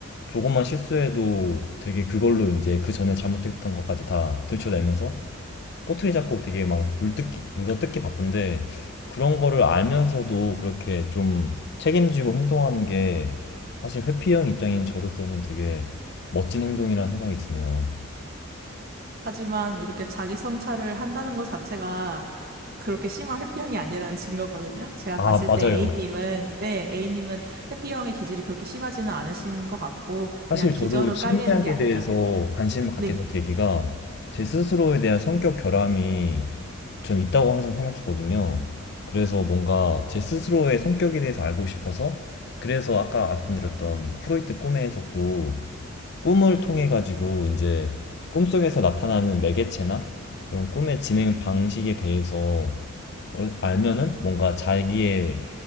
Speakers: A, on the left; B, on the right.
A: 조금만 실수해도 되게 그걸로 이제 그 전에 잘못했던 것까지 다 들춰내면서 꼬투리 잡고 되게 막 물뜯기, 물어뜯기 바쁜데 그런 거를 알면서도 그렇게 좀 책임지고 행동하는 게 사실 회피형 입장인 저로서는 되게 멋진 행동이라는 생각이 드네요.
B: 하지만 이렇게 자기 성찰을 한다는 것 자체가 그렇게 심한 회피형이 아니라는 증거거든요. 제가
A: 아,
B: 봤을
A: 맞아요.
B: 때 A님은, 네, A님은 회피형의 기질이 그렇게 심하지는 않으신 것 같고, 그냥
A: 사실
B: 기저로
A: 저도 심리학에
B: 깔리는 게 아닐까.
A: 대해서 관심을 갖게
B: 네,
A: 된 계기가 제 스스로에 대한 성격 결함이 전 있다고 항상 생각했거든요. 그래서 뭔가 제 스스로의 성격에 대해서 알고 싶어서 그래서 아까 말씀드렸던 프로이트 꿈의 해석도 꿈을 통해 가지고 이제 꿈속에서 나타나는 매개체나 그런 꿈의 진행 방식에 대해서 그걸 알면은 뭔가 자기의